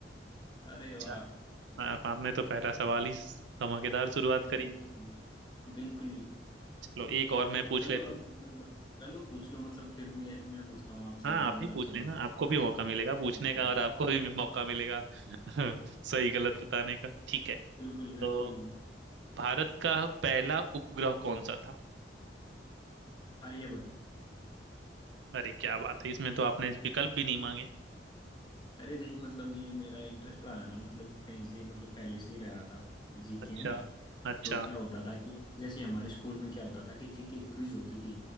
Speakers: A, on the left (about 25°); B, on the right (about 80°).
A: अरे वाह
B: चलो आप- आपने तो पहला सवाल ही धमाकेदार शुरुआत करी
A: बिल्कुल बिल्कुल
B: चलो एक और मैं पूछ
A: चलो
B: लेता
A: अब मतलब चलो पूछ लो मतलब फिर मैं मैं पूछता हूँ आपसे
B: हाँ
A: एक
B: आप
A: मजेदार
B: भी पूछ
A: सवाल
B: लेना आपको भी मौका मिलेगा पूछने
A: बिल्कुल
B: का और आपको भी मौका मिलेगा <laughs> सही गलत बताने का ठीक है
A: बिल्कुल बिल्कुल
B: तो भारत का पहला उपग्रह कौन सा था
A: आर्यभट्ट
B: अरे क्या बात है इसमें तो आपने विकल्प भी नहीं मांगे
A: अरे नहीं मतलब ये मेरा इंटरेस्ट रहा ना मतलब कहीं से मतलब पहले से ही रहा था जीके
B: अच्छा
A: में
B: अच्छा
A: तो क्या होता था कि जैसे हमारे स्कूल में क्या होता था कि जीके की क्विज होती थी